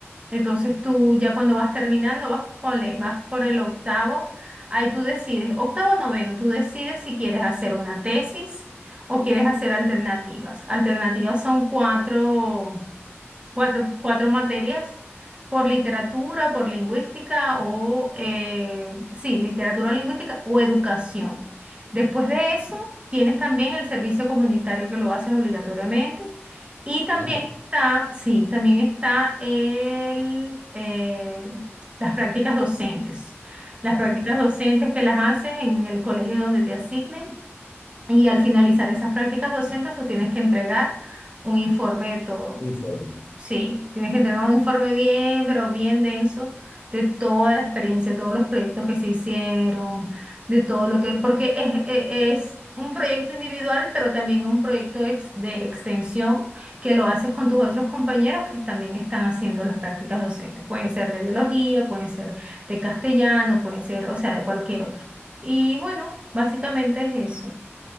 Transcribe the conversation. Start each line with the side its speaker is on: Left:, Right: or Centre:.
Right: Entonces tú ya cuando vas terminando, vas, ponle, vas por el octavo, ahí tú decides, octavo o noveno, tú decides si quieres hacer una tesis o quieres hacer alternativas. Alternativas son cuatro cuatro, cuatro materias por literatura, por lingüística o, eh, sí, literatura lingüística o educación. Después de eso, tienes también el servicio comunitario que lo haces obligatoriamente y también
Left: anda,
Right: está, sí, también está el, eh, las prácticas docentes. Las
Left: ajá,
Right: prácticas docentes que las haces en el colegio donde te asignen y al finalizar esas prácticas docentes, tú tienes que entregar un informe de todo.
Left: informe.
Right: Sí, tienes que entregar un informe bien, pero bien denso de toda la experiencia, todos los proyectos que se hicieron, de todo lo que, porque es, e- es un proyecto individual, pero también un proyecto ex- de extensión que lo haces con tus otros compañeros que también están haciendo las prácticas docentes. Pueden ser de biología, pueden ser de castellano, pueden ser, o sea, de cualquier otro. Y bueno, básicamente es eso.